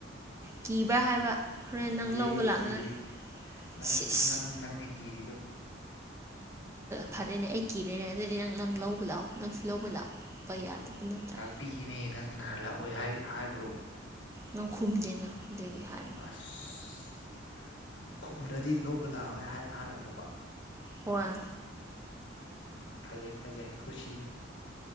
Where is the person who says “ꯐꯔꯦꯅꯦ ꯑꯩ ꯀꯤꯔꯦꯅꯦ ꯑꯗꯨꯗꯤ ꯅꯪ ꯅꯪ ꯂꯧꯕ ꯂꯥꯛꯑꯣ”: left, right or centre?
Right